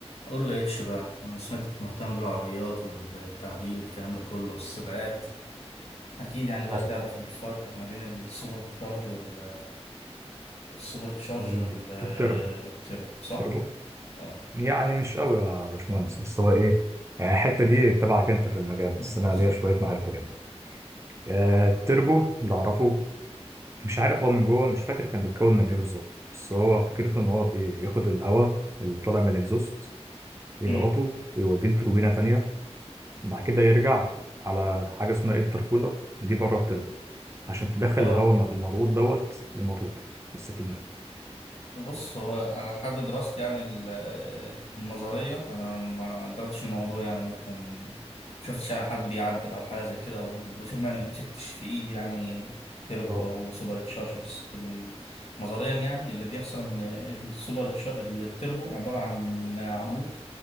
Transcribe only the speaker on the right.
حصل
وال...
والتربو
تربو
يعني مش قوي يا باشمهندس بس هو ايه يعني الحته دي تبعك انت في المجال بس
انا ليا شويه معرفه كده آه، التربو اللي اعرفه مش عارف هو من جوه مش فاكر كان بيتكون من ايه بالظبط بس هو فكرته ان هو بياخد الهواء اللي طالع من الاكزوست يضغطه
ويوديه لتوربينه تانية بعد كده يرجع على حاجه اسمها انتركولر دي بره التربو عشان تدخل
الهواء الم- المضغوط دوت للموتور يستفيد منه
اه